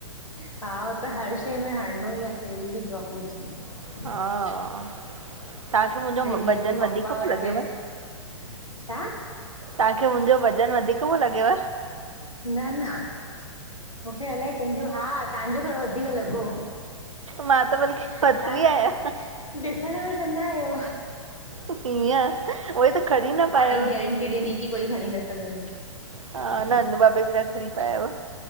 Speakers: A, on the left; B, on the right.
A: हा, हो त हर शइ में हणणो ई आहे कहेड़ी भी जॉब हुजे। <unintelligible>
B: हा तव्हांखे मुंहिंजो
A: जंहिंजे
B: वज़न
A: पापा
B: वधीक पियो
A: वट
B: लॻेव
A: पैसा छा?
B: तव्हांखे मुहिंजो वज़न वधीक पयो लॻेव?
A: न-न। मूंखे अलाए कंहिंजो हा, तव्हांजो थोॾो वधीकर लॻो।
B: मां त बल्कि
A: तव्हां
B: पतली आहियां।
A: ॾिसण में सन्हा आहियो
B: कीअं उहे त खणी न पाया
A: गैरेंटी ॾिनी की कोई खणी न सघंदो।
B: हा न-न बाबे बि <unintelligible> खणी था आहियव।